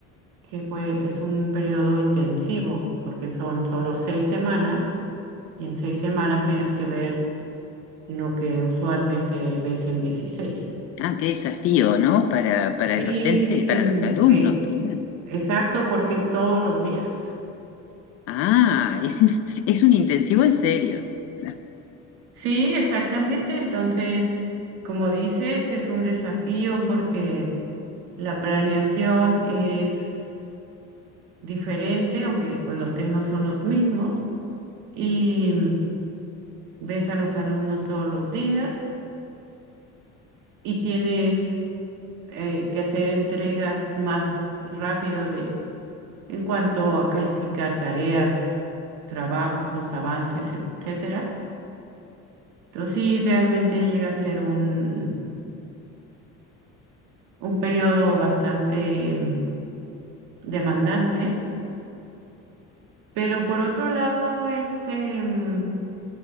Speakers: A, on the right; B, on the left.
A: que pues es un periodo intensivo, porque son solo seis semanas Y en seis semanas tienes que ver lo que usualmente ves en dieciséis
B: Ah, qué desafío, ¿no? Para, para el
A: Y
B: docente y para
A: mm,
B: los alumnos
A: eh,
B: también.
A: exacto, porque es todos los días.
B: Ah, es, es un intensivo en serio. <laughs>
A: Sí, exactamente. Entonces, como dices, es un desafío porque la planeación es diferente, aunque pues los temas son los mismos. Y mm, ves a los alumnos todos los días y tienes eh, que hacer entregas más rápido de en cuanto a calificar tareas, trabajos, avances, etcétera. Entonces sí, realmente llega a ser un, un periodo bastante mm, demandante, pero por otro lado es, em,